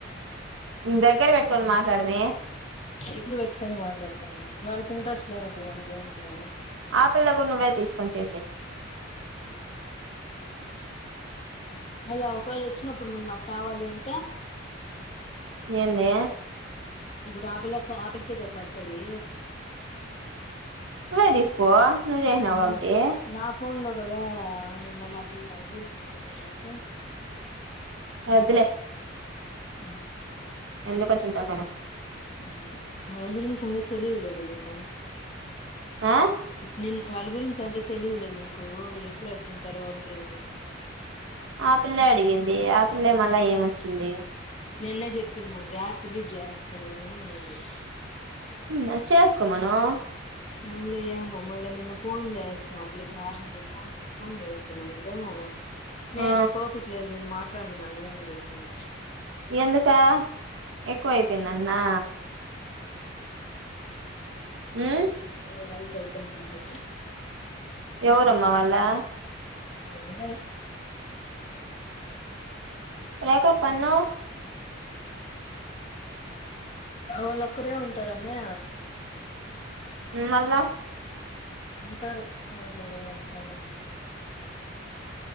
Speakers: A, on the right (about 80°); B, on the left (about 35°).
A: నువ్వు దగ్గర పెట్టుకొని మాట్లాడుమే
B: దగర పెట్టుకని మాట్లాడుతున్నా వాళ్ళకి ఇంట్రెస్ట్ లేనప్పుడు మనకి ఎందుకుమే
A: ఆ పిల్ల కూడా నువ్వే తీసుకొని చేసేయ్
B: హలో ఒకవేళ వచ్చినప్పుడు మళ్ళ నాకు కావాలి అంటే
A: ఏంది
B: ఇప్పుడు ఆ పిల్ల తో ఆ పిల్లకే కదా పడతాది
A: నువ్వే తీసుకో నువ్వు చేసినావుకాబట్టి
B: ఆ నా ఫోన్ లో కదా అని మల్ల ఆ పిల్ల రూల్స్ మంచిగా మాట్లాడితే
A: వద్దులే
B: ఊ
A: ఎందుకు వచ్చింది తలకాయ నొప్పి
B: అంది ఆమె గురించి అంత తెలియదులే అమెరికా
A: ఆ
B: నిన్ వాళ్ళ గురించి అంత తెలియదులే నీకు ఎప్పుడు ఎట్టుంటారో వాళ్ళకే తెలియదు
A: ఆ పిల్లే అడిగింది ఆపిల్లే మళ్ళ ఏమ వచ్చింది
B: నిన్న చెప్పింది నాకు యాప్ డిలీట్ చేస్తా నేను అనింది
A: హు చేసుకోమను
B: మళ్ళా ఏమో మళ్ళా నిన్న ఫోన్ చేసిన ఆ పిల్లకి నార్మల్గా ఫోన్ చేసి ఫోన్ చేస్తున్నా అంటే మే
A: ఆ
B: నా ఓపిక లేదు నేను మా మాట్లాడను గాని అని చెప్పింది
A: ఎందుక ఎక్కువ అయిపోయిందంటనా
B: మాట్లాడేది
A: ఉమ్
B: వేరే వాళ్ళ తో చేతే మాట్లాడుతా
A: ఎవరమ్మా వాళ్ళా
B: ఎవరో
A: బ్రేకప్ అనవ్
B: వాళ్ళు ఒక్కరే ఉంటారమే
A: హమ్ మళ్ళ
B: ఉంటారు మాట్లాడే వాళ్ళు చాలా మంది